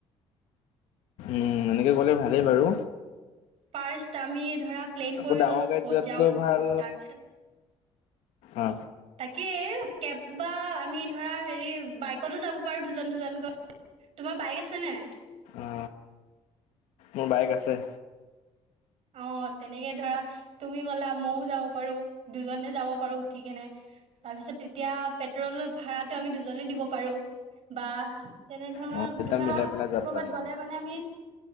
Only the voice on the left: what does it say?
উম এনেকে গলে ভালেই বাৰু
আকৌ
ডাঙৰ
গাড়ীত
যোৱাতকৈ
ভাল
অ
অ মোৰ বাইক আছে
অ তেতিয়া
মিলাই পেলাই যাব
পাৰিম